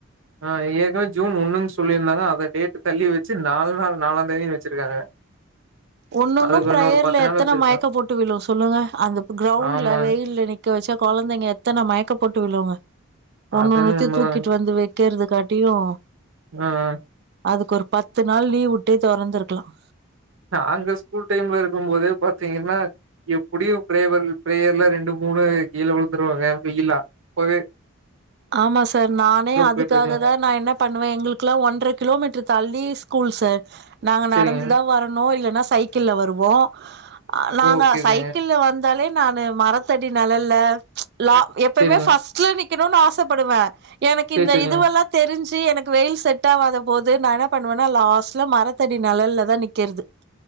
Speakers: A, on the right; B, on the right.
A: ஆ ஏற்கனவே ஜூன் ஒண்ணுன்னு சொல்லியிருந்தாங்க அந்த டேட் தள்ளி வச்சு நாலு நாள் நாலாம் தேதி வச்சிருக்காங்க
B: ஒன்னொன்னும்
A: அதுக்கு
B: பிரயர்ல
A: இன்னொரு பத்து நாள்
B: எத்தனை
A: வச்சிருக்கலா
B: மயக்கம் போட்டு விழும் சொல்லுங்க அந்த கிரௌண்ட்ல
A: ஆமா
B: வெயில்ல நிக் வச்சா கொழந்தைங்க எத்தனை மயக்க போட்டு விழுங்க ஒன்னுன்னுத்தி
A: அது என்னமோ உண்மதாங்க
B: தூக்கிட்டு வந்து வ வக்கிறத காட்டியும்
A: ஆ ஆ
B: அதுக்கு ஒரு பத்து நாள் லீவ் வுட்டே தொறந்துருக்கலாம்.
A: நாங்க ஸ்கூல் டைம்லருக்கும் போதே பாத்தீங்கன்னா எப்டியும் பிரேவர் பிரேயர்ல ரெண்டு மூணு கீழே விழுந்துருவாங்க வெயிலா அப்போவே
B: ஆமா சார் நானே அதுக்காக
A: போயிட்டு இருக்குங்க
B: தான் நான் என்ன பண்ணுவேன் எங்களுக்குல்லாம் ஒன்றரை கிலோமீட்டர் தள்ளியே ஸ்கூல் சார். நாங்க
A: செரிங்க
B: நடந்துதான் வரணும் இல்லன்னா சைக்கிள்ள வருவோம் நாங்க
A: ஓகேங்க
B: சைக்கிள்ள வந்து த்தாலே நானு மரத்தடி நெழல்ல லா எப்பவுமே
A: செரிங்க
B: பஸ்ட்ல நிக்கணும்னு ஆச சபடுவேன் எனக்கு
A: சேரி
B: இந்த
A: செரிங்க
B: இதுவெல்லாம். தெரிஞ்சி எனக்கு வெயில் செட் ஆவாத போது நான் என்ன பண்ணுவேன்னா லாஸ்ட்ல மரத்தடி நெழல்ல தான் நிக்கிறது